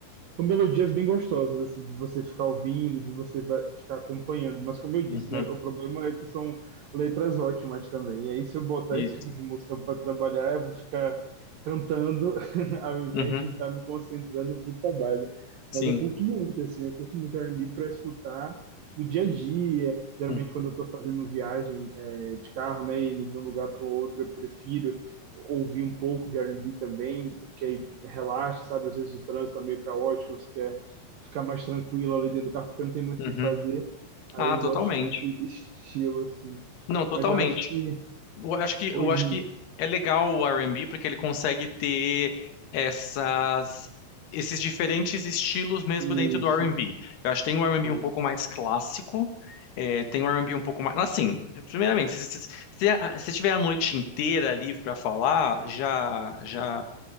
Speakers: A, on the right (about 70°); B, on the left (about 70°).
A: são melodias bem gostosas, assim, de você ficar ouvindo, de você vai ficar acompanhando. Mas como eu disse,
B: uhum,
A: né, o problema é que são letras ótimas também. E aí, se eu botar
B: isso.
A: esse tipo de música para trabalhar, eu vou ficar cantando <laughs> ao invés
B: Uhum,
A: de estar me concentrando pro trabalho.
B: sim.
A: Mas eu curto muito, assim, eu curto muito R&B para escutar no dia a dia. Geralmente,
B: Uhum.
A: quando eu estou fazendo viagem é, de carro, né, indo de um lugar para o outro, eu prefiro ouvir um pouco de R&B também, que aí relaxa, sabe? Às vezes o trânsito tá meio caótico, você quer ficar mais tranquilo ali dentro do carro, porque não tem muito
B: uhum.
A: o que fazer. Aí
B: Ah,
A: eu
B: totalmente.
A: gosto desse estilo, assim.
B: Não, totalmente.
A: Mas eu acho que
B: Eu acho que, eu
A: hoje...
B: acho que é legal o R&B porque ele consegue ter essas, esses diferentes estilos mesmo
A: em-
B: dentro do
A: Isso,
B: R&B. Eu acho que tem o R&B
A: isso.
B: um pouco mais clássico, é, tem o R&B um pouco mais... Assim, primeiramente, se, se, se, a- se tiver a noite inteira livre para falar, já, já